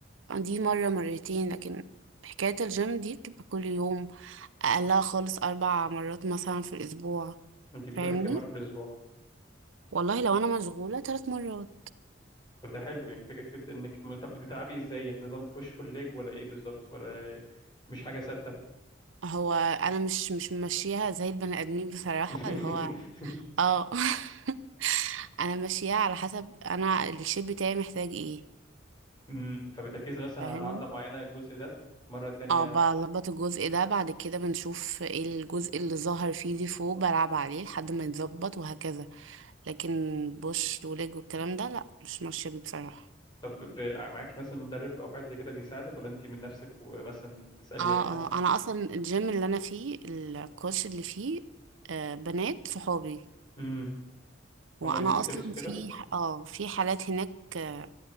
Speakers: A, on the right (about 80°); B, on the left (about 25°).
A: دي مرة مرتين لكن حكاية الجيم دي بتبقى كل يوم أقلها خالص أربع مرات مثلا في الأسبوع
B: وانت بتروحي
A: فاهمني
B: كام مره في الاسبوع
A: والله لو أنا مشغولة تلات مرات
B: طب ده حلو يعني فكره كده انك طب بتلعبي ازاي يعني نظام بوش بول ليج ولا ايه بالظبط ولا مش حاجه ثابته
A: هو أنا مش مش ماشيها زي البني آدمين بصراحة
B: <laughs>
A: اللي هو اه <laughs> أنا ماشيها على حسب أنا الشيب بتاعي محتاج ايه
B: أمم، فبتركزي مثلا
A: فاهمني
B: على عضله معينه الجزء ده مره تانية
A: اه بظبط الجزء ده بعد كده بنشوف ايه الجزء اللي ظهر فيه ديفو بلعب عليه لحد ما يتظبط وهكذا لكن بوش وليج والكلام ده لا مش ماشية بيه بصراحة
B: طب ب- معاكي مثلا مدرب او حد زي كده بيساعدك ولا انت من نفسك ومثلا تسالي
A: اه
B: اي حد
A: اه انا اصلا الجيم اللي انا فيه الكوتش اللي فيه آه بنات صحابي
B: امم
A: وانا
B: هما بيدوكي
A: اصلا
B: تبس وكده
A: في اه في حالات هناك آه